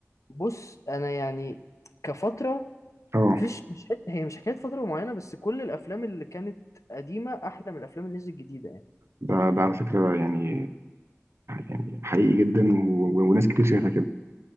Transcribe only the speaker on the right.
أه
ده ده على فكرة يعني يعني حقيقي جدا و- و- وناس كتير شايفة